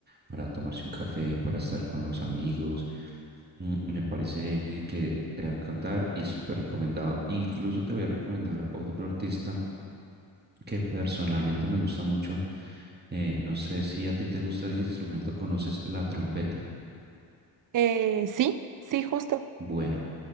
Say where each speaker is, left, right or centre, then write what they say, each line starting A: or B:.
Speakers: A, on the right (about 25°); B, on the right (about 50°).
A: para tomarse un café, para estar con los amigos. Mm, Me parece que te va a encantar y súper recomendado. Incluso te voy a recomendar otro artista que personalmente me gusta mucho. Eh, no sé si a ti te gusta el instrumento, conoces la trompeta.
B: Eh, sí, sí, justo.
A: Bueno,